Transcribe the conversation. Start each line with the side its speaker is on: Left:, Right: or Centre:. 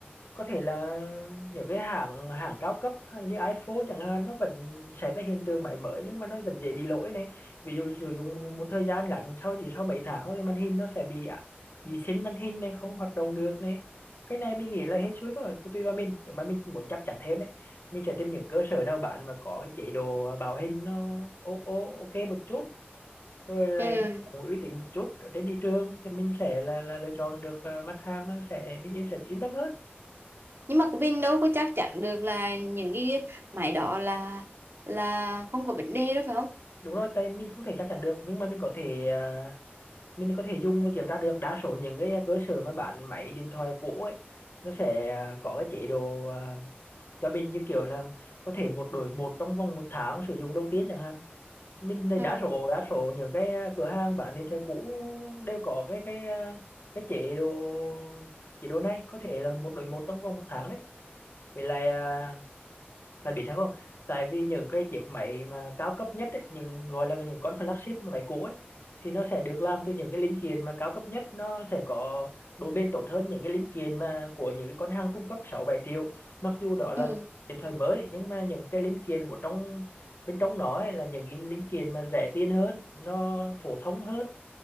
Left: có thể là những cái hãng hãng cao cấp hay như iPhone chẳng hạn nó vẫn xảy ra hiện tượng máy mới nhưng mà nó vẫn dễ bị lỗi này ví dụ sử dụng một thời gian ngắn sau chỉ sau mấy tháng thì màn hình nó sẽ bị à, bị xin màn hình này không hoạt động được này cái này mình nghĩ là hết suối thôi cứ tùy vào mình nếu mà mình muốn chắc chắn thêm ấy mình sẽ tìm những cơ sở nào bạn mà có cái chế độ à, bảo hành nó ô ô ok một chút rồi là
Right: ừ.
Left: nó cũng uy tín một chút ở trên thị trường thì mình sẽ là, là lựa chọn được ờ, mặt hàng nó sẽ mình yên sẽ yên tâm hơn
Right: nhưng mà mình đâu có chắc chắn được là những cái máy đó là là không có vấn đề đâu phải không
Left: đúng rồi tại mình không thể chắc chắn được nhưng mà mình có thể ờ, mình có thể dùng và kiểm tra được đa số những cái cơ sở mà bán máy điện thoại cũ ấy nó sẽ ờ, có cái chế độ ờ, cho mình như kiểu là có thể một đổi một trong vòng một tháng sử dụng đầu tiên chẳng hạn mình này
Right: ừ.
Left: đa số đa số những cái ờ, cửa hàng bán điện thoại cũ đều có cái cái ờ, cái chế độ chế độ này có thể là một đổi một trong vòng một tháng đấy vậy là bạn biết sao không? Tại vì những cái chiếc máy mà cao cấp nhất ấy, những gọi là những con flagship mà máy cũ ấy thì nó sẽ được làm từ những cái linh kiện mà cao cấp nhất nó sẽ có độ bền tốt hơn những cái linh kiện mà của những cái con hàng trung cấp 6 7 triệu. Mặc dù đó là
Right: Ừ.
Left: điện thoại mới nhưng mà những cái linh kiện của trong bên trong nó ấy, là những cái linh kiện mà rẻ tiền hơn, nó phổ thông hơn